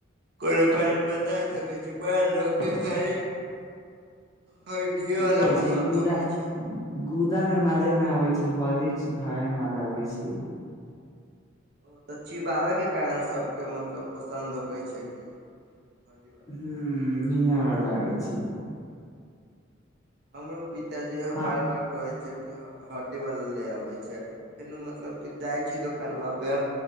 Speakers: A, on the right (about 55°); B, on the left (about 15°).
A: ओय के कारन बता सकै छी, बड़ा लोक के खाई हड्डिए
B: देखै
A: वाला पसन्द
B: छी गुदा
A: होकै छै।
B: गुदा मे माजा नै आबै छै, हड्डी चिबाय मे मजा अबै छै।
A: ओ तऽ चिबाबे के कारण से सबके मतलब पसन्द होके छै हड्डी वाला
B: हुं इ हमरा लागै छै।
A: हमरो पिताजी
B: हँ
A: बार-बार कहै छै। की हड्डी वाला ले आबै छीयै, फेनू मतलब की जाइ छै दोकानवां पे